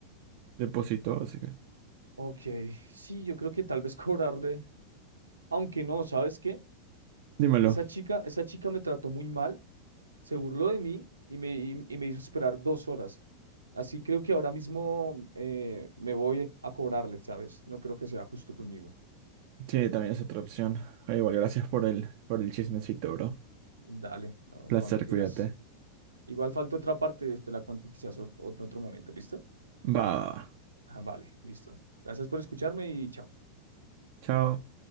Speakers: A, on the right (about 45°); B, on the right (about 80°).
A: depositó, así que...
B: ok, sí, yo creo que tal vez <laughs> cobrarle. Aunque no, ¿sabes qué?
A: Dímelo.
B: Esa chica, esa chica me trató muy mal, se burló de mí y me, y, y me hizo esperar dos horas. Así creo que ahora mismo eh, me voy a cobrarle, ¿sabes? No creo que sea justo conmigo.
A: Sí, también es otra opción. Ah, Igual, gracias por el, por el chismecito, bro.
B: Dale, no,
A: Placer,
B: cuando quieras.
A: cuídate.
B: Igual falta otra parte, este la cuento quizás ot- ot- en otro momento, ¿listo?
A: Va. va, va.
B: Ah, vale, listo. Gracias por escucharme y chao.
A: Chao.